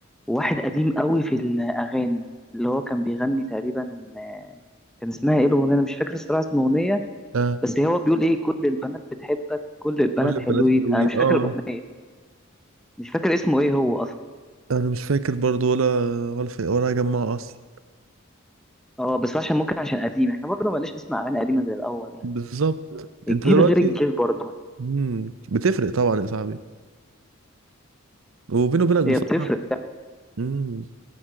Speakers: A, in the centre; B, on the right.
A: واحد قديم قوي في الاغاني اللي هو كان بيغني تقريبا آه، كان اسمها ايه الاغنيه انا مش فاكر الصراحه اسم الاغنيه
B: اه
A: بس هو بيقول ايه كل البنات بتحبك كل البنات
B: كل البنات
A: حلوين
B: حلوين
A: انا مش
B: اه
A: فاكر
B: آه.
A: الاغنيه مش فاكر اسمه ايه هو اصلا
B: انا مش فاكر برضو ولا ولا فاكر ولا هجمع اصلا
A: اه بس عشان ممكن عشان قديم احنا برضه مالناش نسمع اغاني قديمه زي الاول يعني
B: بالظبط
A: الجيل
B: انت دلوقتي
A: غير الجيل برضه
B: مم. بتفرق طبعا يا صاحبي وبيني وبينك بصراحه
A: هي بتفرق
B: مم.